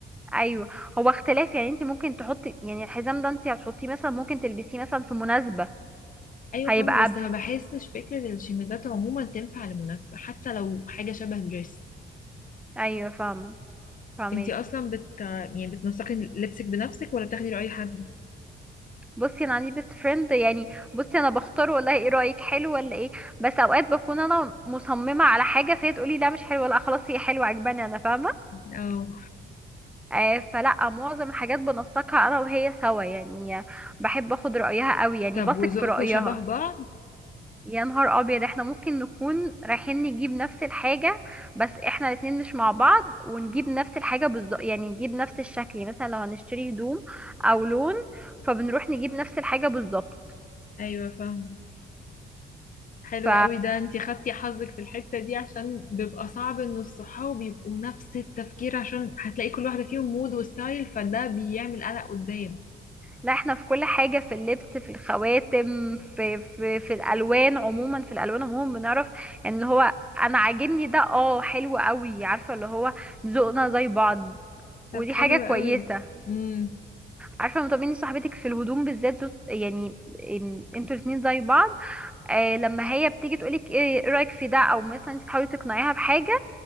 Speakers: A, in the centre; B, on the left.
A: ايوه هو اختلاف يعني انت ممكن تحطي يعني الحزام ده انت هتحطيه مثلا ممكن تلبسيه مثلا في مناسبه
B: ايوه
A: هيبقى
B: فاهمة بس
A: بف...
B: ما بحسش فكرة الشميزات عموما تنفع لمناسبة حتى لو حاجة شبه دريس
A: ايوه فاهمه فاهمك
B: انتي اصلا بت يعني بتنسقي لبسك بنفسك ولا بتاخدي رأي حد؟
A: بصي انا عندي بيست فريند يعني بصي انا بختار والله ايه رايك حلو ولا ايه بس اوقات بكون انا مصممه على حاجه فهي تقولي لا مش حلوه لا خلاص هي حلوه عجباني انا فاهمه
B: اه
A: آه فلا معظم الحاجات بنسقها انا وهي سوا يعني بحب اخد رايها قوي يعني
B: طب
A: بثق
B: وذوقكوا
A: في رايها
B: شبه بعض
A: يا نهار ابيض احنا ممكن نكون رايحين نجيب نفس الحاجه بس احنا الاتنين مش مع بعض ونجيب نفس الحاجه بالظبط يعني نجيب نفس الشكل يعني مثلا لو هنشتري هدوم او لون فبنروح نجيب نفس الحاجه بالظبط
B: ايوه فاهم حلو
A: ف
B: قوي ده انتي خدتي حظك في الحتة دي عشان بيبقى صعب ان الصحاب يبقوا نفس التفكير عشان هتلاقي كل واحدة فيهم مود وستايل فده بيعمل قلق قدام
A: لا احنا في كل حاجة في اللبس في الخواتم في في في الألوان عموما في الألوان عموما بنعرف يعني اللي هو أنا عاجبني ده اه حلو قوي عارفة اللي هو ذوقنا زي بعض
B: طب
A: ودي
B: حلو
A: حاجة
B: قوي
A: كويسة
B: امم
A: عارفة مطمني صاحبتك في الهدوم بالذات ذوق- يعني ام- انتوا الاتنين زي بعض آه لما هي بتيجي تقولك ايه إيه رأيك في ده او مثلا انت تحاولي تقنعيها بحاجة